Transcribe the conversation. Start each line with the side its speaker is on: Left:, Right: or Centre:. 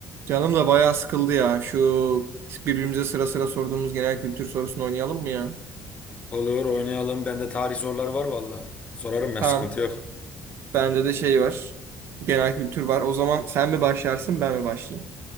Right: Canım da bayağı sıkıldı ya. Şu birbirimize sıra sıra sorduğumuz genel kültür sorusunu oynayalım mı ya?
Left: Olur oynayalım. Bende tarih soruları var valla. Sorarım ben
Right: Tamam.
Left: sıkıntı yok.
Right: Bende de şey var. Genel kültür var. O zaman sen mi başlarsın ben mi başlayayım?